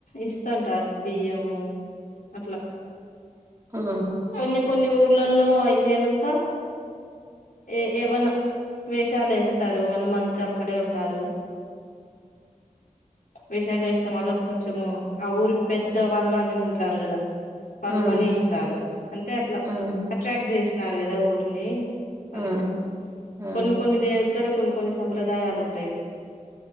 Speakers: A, on the left; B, on the right.
A: ఇస్తాంటారు బియ్యము అట్లా
B: ఆ
A: కొన్ని కొన్ని ఊర్లలో అయిపొయినాంక ఏ ఏవన్నా వేషాలు వేస్తారు వన్ మంత్ అక్కడే ఉంటారు. వేషాలు వేసిన వాళ్ళకు కొంచెము ఆ ఊరి పెద్ద వాళ్ళని ఉంటారు కదా వాళ్ళు
B: ఉమ్,
A: మనీ ఇస్తారు అంటే అట్లా
B: ఉమ్,
A: అట్రాక్ట్ చేస్ న్నారు కదా ఊరిని
B: ఉమ్,
A: అని
B: ఉమ్,
A: కొన్ని కొన్ని దగ్గర కొన్ని కొన్ని సంప్రదాయాలు ఉంటాయి గా